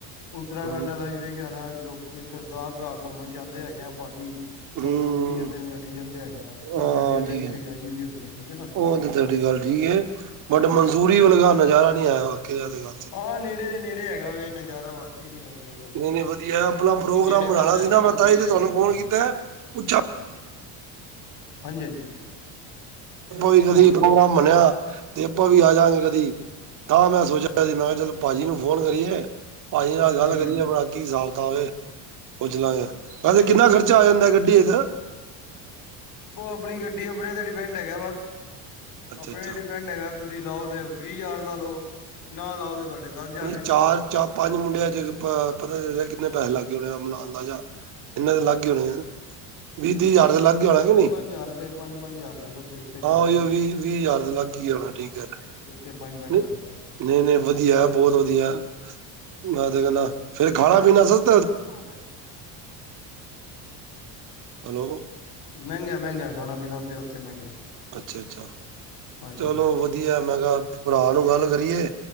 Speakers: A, on the left; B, on the right.
A: ਉੱਤਰਾਖੰਡ
B: ਹੂੰ
A: ਆਲਾ ਵੀ ਵੇਖਿਆ ਹੋਣਾ ਲੋਕ ਸਰਦਾਰ ਭਰਾ ਘੁੰਮਣ ਜਾਂਦੇ ਹੈਗੇ ਆ ਪਹਾੜੀ। ਸਭ
B: ਹੂੰ
A: ਰੋਕੀ ਜਾਂਦੇ ਲੜੀ ਜਾਂਦੇ ਹੈਗੇ ਆ ਵੀਡੀਓ
B: ਹਾਂ
A: ਵੇਖੀ
B: ਠੀਕ ਹੈ
A: ਆਈ ਵੀ ਹੋਣੀ ਆ ਠੀਕ ਹੈ ਨਾ।
B: ਉਹ ਤੁਹਾਡੀ ਗੱਲ ਠੀਕ ਏ ਬਟ ਮਨਸੂਰੀ ਵ ਲਗਾ ਨਜ਼ਾਰਾ ਨਹੀਂ ਆਇਆ ਵਾਕਿਆ ਜਾ ਗਲਤ
A: ਹਾਂ ਨੇੜੇ ਦੇ ਨੇੜੇ। ਹੈਗਾ ਵ ਨਜ਼ਾਰਾ ਬਾਕੀ। ਨ ਸਹੀ ਗੱਲ ਕੀਤੀ
B: ਨਹੀਂ ਨਹੀਂ ਵਧੀਆ
A: ਕਿਉਂਕਿ
B: ਆਪਣਾ ਪ੍ਰੋਗਰਾਮ
A: ਨੇੜੇ
B: ਬਣਾਣਾ
A: ਪੈਂਦਾ
B: ਸੀ
A: ਹੈਗਾ ਨਾ
B: ਮੈਂ
A: ਨੇੜੇ
B: ਤਾਂ ਹੀ ਤੇ
A: ਹੈਗਾ
B: ਤੁਹਾਨੂੰ ਫੋਨ
A: ਬੜਾ।
B: ਕੀਤਾ ਪੁੱਛਾਂ
A: ਹਾਂਜੀ ਹਾਂਜੀ।
B: ਆਪਾਂ ਵੀ ਕਦੀ
A: ਬੋਲੋ
B: ਪ੍ਰੋਗਰਾਮ ਬਨਿਆ ਤੇ ਆਪਾਂ ਵੀ ਆ ਜਾਗੇ ਕਦੀ, ਤਾਂ ਮੈਂ ਸੋਚਿਆ ਮੈਂ ਕਿਹਾ ਚਲ ਭਾਜੀ ਨੂੰ ਫੋਨ ਕਰੀਏ, ਭਾਜੀ ਨਾਲ
A: ਹੂੰ
B: ਗੱਲ ਕਰੀਏ
A: ਹੂੰ
B: ਆਪਣਾ ਕੀ ਹਿਸਾਬ ਕਿਤਾਬ ਏ ਪੁੱਛਲਾਂਗੇ, ਵੈਸੇ ਕਿੰਨਾ ਖਰਚਾ ਆ ਜਾਂਦਾ ਗੱਡੀ ਦਾ
A: ਉਹ ਆਪਣੀ ਗੱਡੀ ਆਪਣੇ ਤੇ ਡਿਪੈਂਡ ਹੈਗਾ ਬਸ,
B: ਅੱਛਾ
A: ਆਪਣੇ
B: ਅੱਛਾ
A: ਡਿਪੈਂਡ ਹੈਗਾ। ਤੁਸੀ ਲਾਓ ਤੇ ਵੀਹ ਹਜ਼ਾਰ ਲਾ ਲਓ, ਨਾ ਲਾਓ ਤੇ ਤੁਹਾਡੇ- ਦਸ ਹਜ਼ਾਰ
B: ਨਹੀਂ
A: ਵੀ ਨੀ ਲੱਗਦੇ
B: ਚਾਰ ਚ- ਪੰਜ ਮੁੰਡਿਆਂ ਚ ਪਤਾ ਤੇ ਲੱਗੇ ਕਿੰਨੇ ਪੈਸੇ ਲੱਗ ਗਏ ਹੋਣੇ ਆ ਮਤਲਬ ਅੰਦਾਜਾ, ਇਹਨਾਂ ਦੇ ਲਗ- ਕੀ ਹੋਣੀ ਆ ਵੀਹ ਤੀਹ ਹਜਾਰ
A: ਨਹੀਂ
B: ਤੇ ਲੱਗ ਗਿਆ ਹੋਣਾ ਕਿ
A: ਪੰਜ
B: ਨਹੀਂ,
A: ਪੰਜ ਹਜ਼ਾਰ ਰੁਪਏ ਪੰਜ ਪੰਜ ਹਜ਼ਾਰ ਰੁਪਏ ਸਭ ਦੇ ਦਿੱਤੇ ਜਾ
B: ਹਾਂ
A: ਰਹੇ
B: ਉਹੀਓ ਵੀਹ ਵੀਹ ਹਜਾਰ ਤੇ ਲੱਗ ਹੀ ਗਿਆ ਹੋਣਾ। ਠੀਕ
A: ਹਾਂ
B: ਐ,
A: ਉੱਥੇ ਪੰਜ-ਪੰਜ ਹਜ਼ਾਰ
B: ਨਹੀਂ
A: ਦਾ
B: ਨਹੀਂ ਵਧੀਆ ਬ ਬਹੁਤ ਵਧੀਆ, ਮੈਂ ਤੇ ਕਹਿੰਦਾ ਫੇਰ ਖਾਣਾ ਪੀਣਾ ਸਭ-
A: ਹਾਂ
B: ਹੈਲੋ
A: ਮਹਿੰਗਾ ਮਹਿੰਗਾ ਖਾਣਾ ਪੀਣਾ ਉਥੇ ਉਥੇ ਮਹਿੰਗਾ
B: ਅੱਛਾ ਅੱਛਾ
A: ਹਾਂਜੀ
B: ਚਲੋ ਵਧੀਆ ਮੈਂ ਕਿਹਾ ਭਰਾ ਨੂੰ ਗੱਲ ਕਰੀਏ,